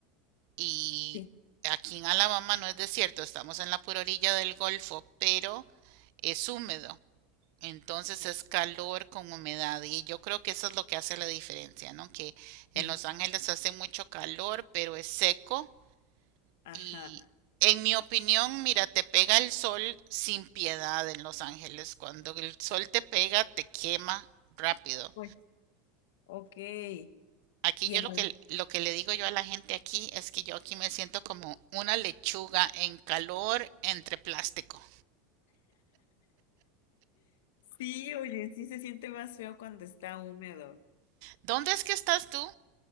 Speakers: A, on the right; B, on the left.
A: y
B: Sí.
A: aquí en Alabama no es desierto, estamos en la pura orilla del Golfo, pero es húmedo. Entonces
B: Ok.
A: es calor con humedad y yo creo que eso es lo que hace la diferencia, ¿no? Que
B: Sí.
A: en Los Ángeles hace mucho calor, pero es seco
B: Ajá.
A: y en mi opinión, mira, te pega el sol sin piedad en Los Ángeles. Cuando el sol te pega, te quema rápido.
B: Pues. Ok. Y
A: Aquí yo
B: en
A: lo que lo que le digo yo a la gente aquí es que yo aquí me siento como una lechuga en calor entre plástico.
B: Sí, oye, sí se siente más feo cuando está húmedo.
A: ¿Dónde es que estás tú?